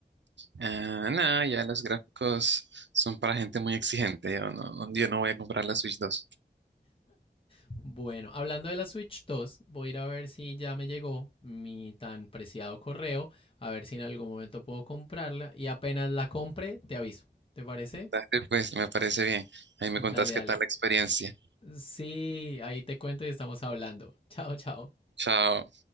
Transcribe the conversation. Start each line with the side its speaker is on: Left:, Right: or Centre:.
Right: Ah, no, ya los gráficos son para gente muy exigente. Yo no, no- yo no voy a comprar la Switch dos
Left: Bueno, hablando de la Switch 2, voy a ir a ver si ya me llegó mi tan preciado correo, a ver si en algún momento puedo comprarla y apenas la compre te aviso. ¿Te parece?
Right: Dale, pues, me parece bien. Ahí me contás
Left: Dale,
Right: qué
Left: dale.
Right: tal la experiencia.
Left: Sí, ahí te cuento y estamos hablando. <laughs> Chao, chao.
Right: Chao.